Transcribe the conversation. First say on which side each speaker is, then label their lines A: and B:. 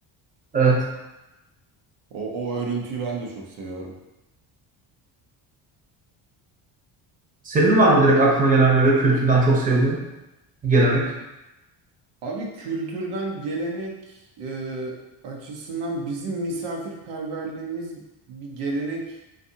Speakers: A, on the right (about 15°); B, on the right (about 85°).
A: Evet.
B: O, o örüntüyü ben de çok seviyorum.
A: Senin var mı direkt aklına gelen böyle kültürden çok sevdiğin gelenek?
B: Abi kültürden gelenek e, açısından bizim misafirperverliğimiz bir gelenek